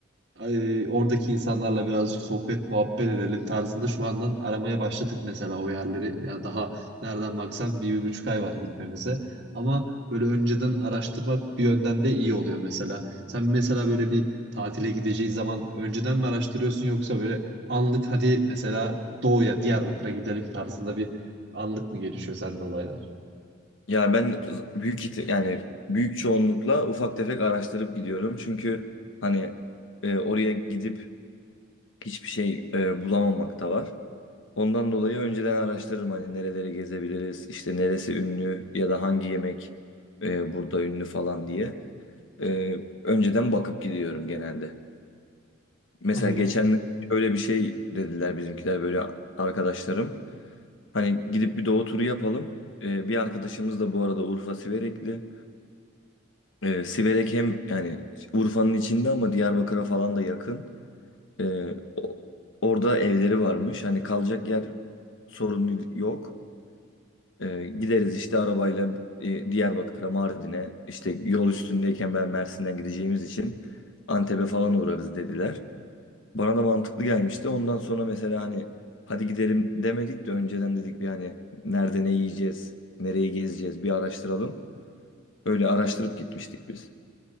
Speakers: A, on the right; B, on the left.
A: e, oradaki insanlarla birazcık sohbet muhabbet edelim tarzında şu andan aramaya başladık mesela o yerleri. Ya daha nereden baksan bir, bir buçuk ay var gitmemize. Ama böyle önceden araştırmak bir yönden de iyi oluyor mesela. Sen mesela böyle bir tatile gideceğin zaman önceden mi araştırıyorsun yoksa böyle anlık hadi mesela Doğu'ya, Diyarbakır'a gidelim tarzında bir anlık mı gelişiyor sende olaylar?
B: Ya ben büyük ihti- yani büyük çoğunlukla ufak tefek araştırıp gidiyorum. Çünkü hani e, oraya gidip hiçbir şey e, bulamamak da var. Ondan dolayı önceden araştırırım hani nereleri gezebiliriz, işte neresi ünlü ya da hangi yemek e, burada ünlü falan diye. E, önceden bakıp gidiyorum genelde. Mesela
A: Anladım.
B: geçen şöyle bir şey dediler bizimkiler böyle arkadaşlarım. Hani gidip bir doğu turu yapalım. E, bir arkadaşımız da bu arada Urfa Siverekli. E, Siverek hem yani Urfa'nın içinde ama Diyarbakır'a falan da yakın. Ee, o- orada evleri varmış. Hani kalacak yer sorunu yok. Ee, gideriz işte arabayla e, Diyarbakır'a, Mardin'e. İşte yol üstündeyken ben Mersin'den gideceğimiz için Antep'e falan uğrarız dediler. Bana da mantıklı gelmişti. Ondan sonra mesela hani hadi gidelim demedik de önceden dedik bir hani nerede ne yiyeceğiz, nereyi gezeceğiz bir araştıralım. Öyle araştırıp gitmiştik biz.